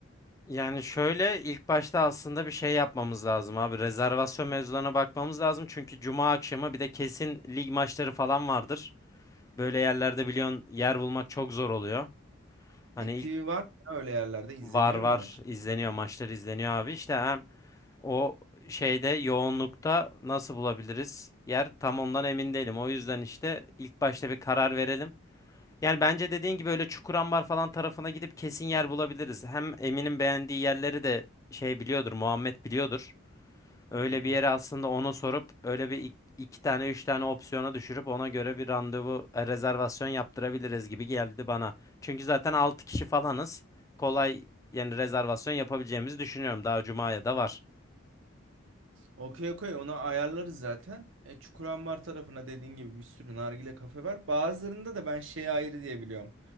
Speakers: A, on the left; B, on the right.
A: Yani şöyle ilk başta aslında bir şey yapmamız lazım abi. Rezervasyon mevzularına bakmamız lazım. Çünkü cuma akşamı bir de kesin lig maçları falan vardır. Böyle yerlerde biliyorsun yer bulmak çok zor oluyor. Hani
B: Lig
A: ilk
B: TV var mı? ya Öyle yerlerde izleniyor
A: var var
B: mu maç?
A: izleniyor maçlar izleniyor abi. İşte hem o şeyde yoğunlukta nasıl bulabiliriz yer tam ondan emin değilim. O yüzden işte ilk başta bir karar verelim. Yani bence dediğin gibi öyle Çukurambar falan tarafına gidip kesin yer bulabiliriz. Hem Emin'in beğendiği yerleri de şey biliyordur, Muhammed biliyordur. Öyle
B: Hı
A: bir yere aslında onu sorup öyle bir ik- iki tane üç tane opsiyona düşürüp ona göre bir randevu e, rezervasyon yaptırabiliriz gibi geldi bana. Çünkü zaten 6 kişi falanız. Kolay yani rezervasyon yapabileceğimizi düşünüyorum. Daha Cuma'ya da var.
B: Okey okey onu ayarlarız zaten. E, Çukurambar tarafına dediğin gibi bir sürü nargile kafe var. Bazılarında da ben şey ayrı diye biliyorum.